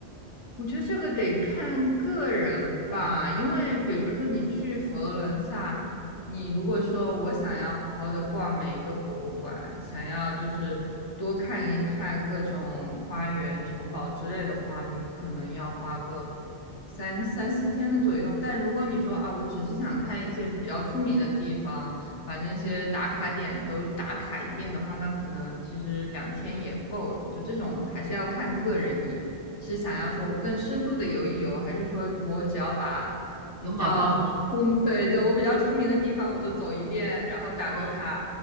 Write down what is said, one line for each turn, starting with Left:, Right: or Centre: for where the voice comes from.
Left: 我觉得这个得看个人吧，因为比如说你去佛罗伦萨，你如果说我想要好好的逛每一个博物馆，想要就是多看一看各种花园、城堡之类的话，你可能要花个三三四天的左右。但如果你说啊，我只是想看一些比较出名的地方，把那些打卡点都打卡一遍的话，那可能其实两天也够了。就这种还是要看个人你。
Right: 哦，
Left: 是想要说我更深度的游一游，还是说我只要把比较出，
Right: 有马观花
Left: 对，就我比较出名的地方我都走一遍，然后打个卡，
Right: 吗？